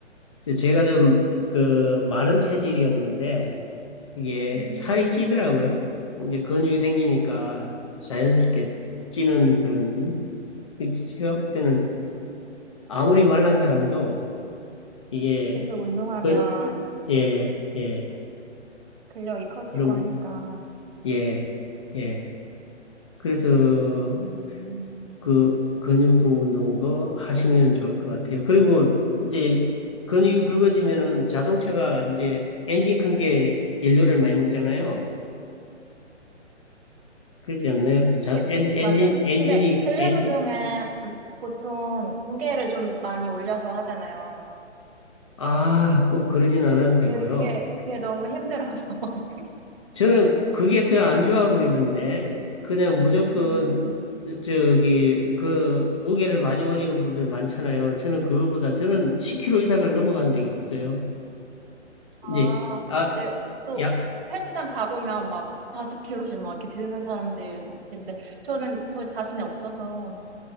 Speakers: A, on the left; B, on the right.
A: 이제 제가 좀 그 마른 체질이었는데 이게
B: 음,
A: 살이 찌더라고요. 이제 근육이 생기니까 자연스럽게 찌는 그런 제가 볼 때는 아무리 말란 사람도 이게
B: 계속 운동하면
A: 그, 예, 예.
B: 근력이 커지고
A: 그럼
B: 하니까.
A: 예, 예. 그래서
B: 음,
A: 그 근육통 운동도 하시면 좋을 것 같아요. 그리고 이제 근육이 굵어지면은 자동차가 이제 엔진 큰 게 연료를 많이 먹잖아요. 그러지 않나요? 자,
B: 근데,
A: 엔진,
B: 맞아요.
A: 엔진, 엔진이,
B: 근데 근력
A: 엔진,
B: 운동은 보통 무게를 좀 많이 올려서 하잖아요.
A: 아, 꼭 그러진 않아도 되고요.
B: 그, 그게, 그게 너무 힘들어서. <laughs> 그게.
A: 저는 그게 더 안 좋아 보이던데, 그냥 무조건,
B: 음.
A: 저기, 그, 무게를 많이 올리는 분들 많잖아요. 저는 그거보다, 저는 10kg 이상을 넘어간 적이 없어요.
B: 아,
A: 이제, 아,
B: 근데 또
A: 야,
B: 헬스장 가보면 막 40kg씩 막 이렇게 드는 사람들 막 있는데 저는 저 자신이 없어서